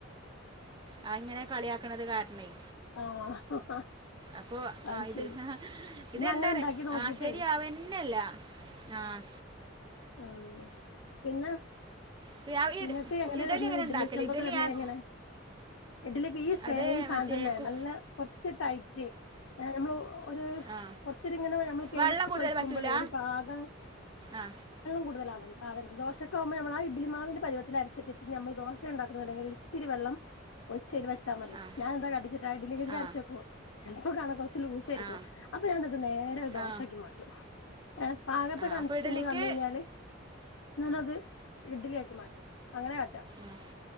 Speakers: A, on the right; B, on the left.
A: ആഹ് ഇങ്ങനെ കളിയാക്കണത് കാരണായി
B: ആഹ്
A: അപ്പോ
B: അത്
A: ആ ഇത്
B: ശരി
A: ഇതെന്താ
B: ഞാൻ അങ്ങനെ
A: പറ
B: ഉണ്ടാക്കി നോക്കിട്ടേ
A: ആഹ് ശരിയാവന്നെയില്ല ആഹ്
B: ഉം പിന്നെ
A: ഇത് ആ ഇഡ്-
B: നിങ്ങക്ക് എങ്ങനെ വരണേ ഇഡലി
A: ഉണ്ടാക്കല്
B: ചെമ്പൊക്കെ വരണത്
A: ഞാൻ
B: എങ്ങനെ ഇഡലി ഈ സെയിം
A: അത്
B: സാധനം
A: മറ്റേ
B: തന്നെ
A: കു
B: നല്ല കുറച്ച് ടൈറ്റ് നമ്മള് ഒരു
A: ആ
B: കുറച്ചൊരു ഇങ്ങനെ നമ്മൾ കയ്യിലെടുത്ത്
A: വെള്ളം കൂടുതൽ
B: വയ്ക്കുമ്പോളേ
A: പറ്റൂല
B: ഒരു പാകം
A: ആ
B: കൂടുതലവ ആവരുത് ദോശക്കാകുമ്പോ നമ്മൾ ആ ഇഡലി മാവിന്റെ പരുവത്തിൽ അരച്ച് വച്ചിട്ട് നമ്മൾ ദോശ ഉണ്ടാക്കുന്നുണ്ടെങ്കിൽ ഇത്തിരി വെള്ളം ഒഴിച്ച് അതിൽ വച്ചാൽ മതി
A: ആ
B: ഞാൻ എന്താ കാട്ടിച്ചിട്ടാ ഇഡ്ഡലി
A: ആ
B: അരച്ചേക്കും ചിലപ്പോ കാണാം കുറച്ച് ലൂസ് ആയിരിക്കും
A: ആ
B: അപ്പൊ ഞാൻ എന്ത് കാട്ടും നേരെ അത് ദോശയാക്കി
A: ആ
B: മാറ്റും ഏഹ് <unintelligible>
A: ആ അപ്പോൾ ഇഡലിക്ക്
B: കഴിഞ്ഞാല് ഞാനത് ഇഡലി ആക്കി മാറ്റും അങ്ങനെ കാട്ടല്.
A: ആഹ്